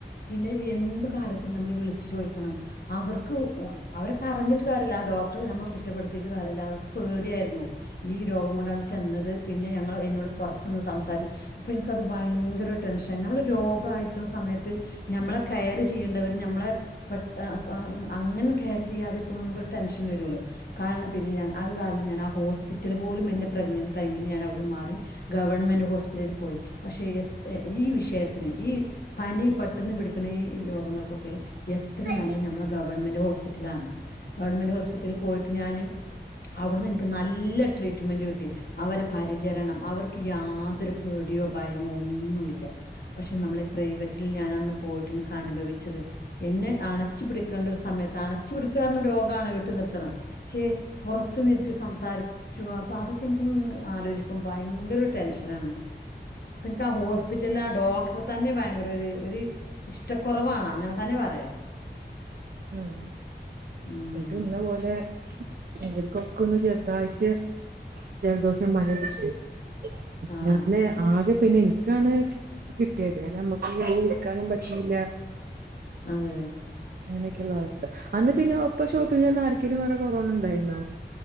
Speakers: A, on the left; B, on the right.
A: പിന്നെ എന്ത് കാര്യത്തിൽ ഞമ്മൾ വിളിച്ചു ചോദിക്കണം അവർക്ക് അവരെ പറഞ്ഞിട്ട് കാര്യുല്ല ഡോക്ടർ നമ്മൾ കുറ്റപ്പെടുത്തിട്ട് കാര്യംല്ല അവർക്ക് പേടിയായിരുന്നു ഈ രോഗം കൊണ്ടാണ് ചെന്നത് പിന്നെ ഞങ്ങള് എന്നോട് പുറത്ത് നിന്ന് സംസാരിക്കു അപ്പൊ എനിക്കത് ഭയങ്കര ടെൻഷൻ നമ്മൾ രോഗ ആയിരിക്കണ സമയത്ത് ഞമ്മളെ കെയർ ചെയ്യേണ്ടവര് നമ്മളെ പെട്ട് ആഹ് അങ്ങനെ കെയർ ചെയ്യാതിരിക്കുമ്പോൾ നമുക്കൊരു ടെൻഷൻ വരുമല്ലോ കാരണം പിന്നെ ഞാൻ അത് കാരണം ഞാൻ ആ ഹോസ്പിറ്റൽ പോലും എന്റെ പ്രെഗ്നന്റ് ടൈമിന് ഞാൻ അവിടുന്ന് മാറി ഗവൺമെന്റ് ഹോസ്പിറ്റലിൽ പോയി പക്ഷെ എത് ഈ വിഷയത്തിന് ഈ പനി പെട്ടന്ന് പിടിക്കണ ഇ ഈ രോഗങ്ങൾക്ക് എത്ര നല്ല
B: ഉം.
A: ഞമ്മള ഗവൺമെന്റ് ഹോസ് പിറ്റലാണ് ഗവണ്മെന്റ് ഹോസ് റ്റലിൽ പോയിട്ട് ഞാന് അവിടുന്ന് എനിക്ക് നല്ല ട്രീറ്റ്മെന്റ് കി ട്ടി അവരെ പരി ചരണം അവർക്ക് യാതൊരു പേടിയോ ഭയമോ ഒന്നുല്ല പക്ഷെ നമ്മള ഈ പ്രൈവറ്റിൽ ഞാൻ അന്ന് പോയിട്ടി ക്കനുഭവിച്ചത് എന്നെ അണച്ചു പിടിക്കേണ്ട ഒരു സമയത്ത് അണച്ചു പിടിക്ക പറഞ്ഞ രോഗണ് വീട്ട് നിർത്തണം പക്ഷെ പുറത്തു നിർത്തി സംസാരിക്കുക അപ്പൊ അതൊക്കെ എനിക്ക് അന്ന് ആലോചിക്കുമ്പോ ഭയങ്കര ടെൻഷ <unintelligible> എനിക്ക് ആ ഹോസ്പിറ്റല ആ ഡോക്ടറേ തന്നെ ഭയങ്ക രോരു ഒര് ഇഷ് ട്ടാ കുറവാണ് അങ്ങനെ തന്നെ പറയാ
B: ഉം
A: ഉം
B: ഇത് ഇന്ന പോലെ അവർക്കൊക്കെ ഒന്ന് ചെറുതായിട്ട് ജലദോഷം മന <inaudible> എന്നാൽ
A: ആഹ്
B: ആകെ പിന്നെ എനിക്കാണ് കിട്ടിയത് നമുക്ക് ഇവരെ എടുക്കാനും പറ്റ്ണില്ല
A: അതെ
B: അങ്ങനെയൊക്കെള്ള അവസ്ഥ അന്ന് പിന്നെ ഒപ്പ ഷോപ്പിൽ നിന്ന ആർക്കെലും വേറെ കൊറോണ ഉണ്ടായിരുന്ന